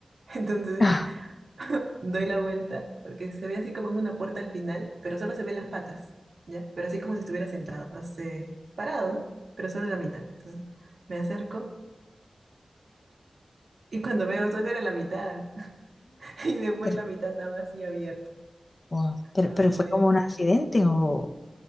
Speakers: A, on the right; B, on the left.
A: <laughs> Entonces,
B: Ah,
A: <laughs> doy la vuelta porque se ve así como en una puerta al final, pero solo se ven las patas, ¿ya? Pero así como si estuviera sentado, o sea, parado, ¿no? Pero solo la mitad. Entonces, me acerco y cuando veo solo era la mitad. <laughs> Y después
B: pero,
A: la mitad estaba así abierto.
B: wow. Pero,
A: Abierto.
B: pero fue como un accidente o...